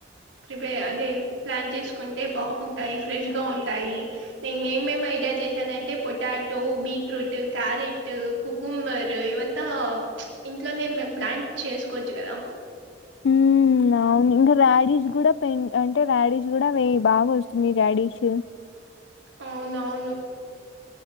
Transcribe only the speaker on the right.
ప్రిపేర్ అదే ప్లాన్ చేసుకుంటే బాగుంటాయి ఫ్రెష్గా ఉంటాయి. నేను ఏమేమి ఐడియా చేశానంటే పొటాటో, బీట్రూట్, క్యారెట్, కుకుంబర్ ఇవంతా ఇంట్లోనే మేం ప్లాన్ చేసుకోవచ్చు కదా
అవునవును